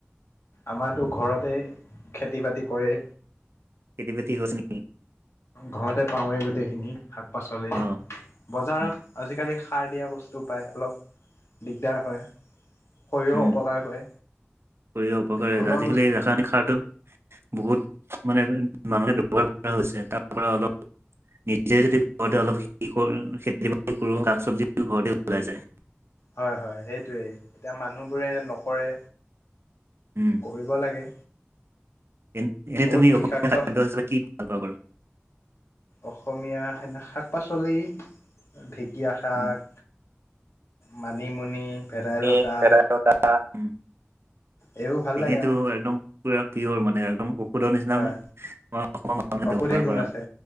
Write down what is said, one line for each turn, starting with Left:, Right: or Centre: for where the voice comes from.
Left: আমাৰতো ঘৰতে খেতি-বাতি কৰে।
Right: খেতি-বাতি হৈছে <unintelligible>
Left: ঘৰতে পাওঁৱেই গোটেইখিনি শাক-পাচলি।
Right: অ',
Left: বজাৰত
Right: উম,
Left: আজিকালি সাৰ দিয়া বস্তু পায় অলপ দিগদাৰ হয়। শৰীৰো
Right: উম,
Left: অপকাৰ কৰে
Right: কৰিব অপকাৰে
Left: ঘৰুৱা
Right: আজিকালি
Left: বস্তু
Right: এ ৰাসায়নিক সাৰটো বহুত মানে মানুহে ব্যৱহাৰ কৰা হৈছে তাৰ পৰা অলপ নিজে যদি ঘৰতে অলপ কৰো খেতি-বাতি কৰোঁ <unintelligible> চব্জি <inaudible> ঘৰতে ওলাই যায়।
Left: হয়, হয় সেইটোৱেই এতিয়া মানুহবোৰে নকৰে।
Right: উম,
Left: কৰিব লাগে।
Right: এন-এনেই
Left: বহুত
Right: তুমি
Left: বিষাক্ত
Right: অসমীয়া <unintelligible> হিচাপে কি ভাল পোৱা বাৰু?
Left: অসমীয়া খানা শাক-পাচলি ঢেঁকীয়া শাক
Right: উম।
Left: মানিমুনি ভেদাইলতা
Right: <unintelligible> উম,
Left: এইবোৰ ভাল
Right: এইখিনিতো
Left: লাগে আৰু
Right: একদম পুৰা পিয়ৰ মানে একদম ঔষধৰ নিচিনা
Left: হয়
Right: মানে আমাৰ অসমৰ মানুহে
Left: ঔষধি
Right: ব্যৱহাৰ
Left: গুণ
Right: কৰা
Left: আছে
Right: হয়।